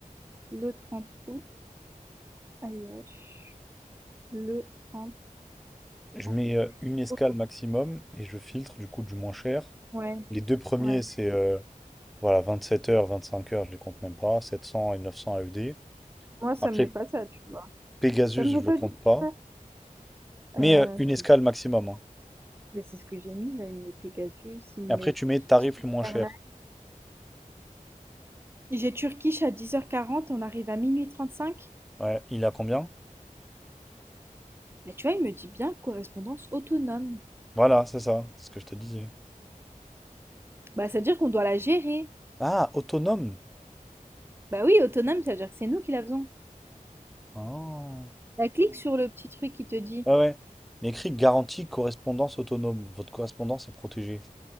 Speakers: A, on the right; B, in the centre.
A: le 30 août, AUH, le 30
B: Je
A: 30
B: mets
A: août.
B: euh, une escale
A: Ok.
B: maximum et je filtre du coup du moins cher.
A: Ouais,
B: Les deux premiers,
A: ouais.
B: c'est euh, voilà, 27h, 25 heures, je les compte même pas. 700 et 900 AED.
A: Moi, ça
B: Après,
A: me met pas ça, tu vois.
B: Pegasus,
A: Ça me met
B: je
A: pas
B: le compte
A: du tout
B: pas.
A: ça. Euh,
B: Mais euh, une
A: c'est
B: escale
A: bien.
B: maximum. hein.
A: Mais c'est ce que j'ai mis là. Il me met Pegasus, il
B: Et
A: me
B: après,
A: met
B: tu mets tarif
A: Switzerland.
B: le moins cher.
A: J'ai Turkish à dix heures quarante et on arrive à minuit trente cinq
B: Ouais, il a combien?
A: Bah, tu vois, il me dit bien correspondance autonome.
B: Voilà, c'est ça. C'est ce que je te disais.
A: Bah, ça veut dire qu'on doit la gérer.
B: Ah, autonome.
A: Bah oui, autonome, ça veut dire que c'est nous qui la faisons.
B: Ah.
A: Bah, clique sur le petit truc qui te dit.
B: Ouais, ouais. Mais écrit garantie correspondance autonome. Votre correspondance est protégée.